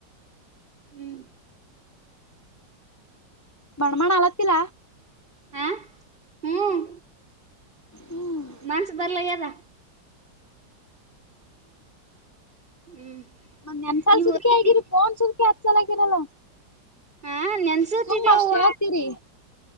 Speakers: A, on the right (about 30°); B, on the left (about 20°).
A: ಹ್ಮ್
B: ಬಣಮಣ ಆಲ ತಲ್ಲ
A: ಹ ಹ್ಮ್
B: ಹ್ಮ್
A: ಮನ್ಸು ಬರ್ಲ ಯದ ಹ್ಮ್
B: ಒಂದ್ ಎನ್್ಸಲ್
A: ನೀವ್
B: ಸುದ್ಕೆ
A: ಹೋಗಿದ್ದಿ
B: ಆಗಿರಿ ಫೋನ್ ಸುುದ್ಕಿ ಹತ್್ ಸಲ್ ಆಗಿರಲ್ಲಾ
A: ಹ ನೆನ್ಸತಿದೆವ್ವ
B: ತುಂಬಾ ಅಷ್ಟ ಹೇಳ್ತೀರಿ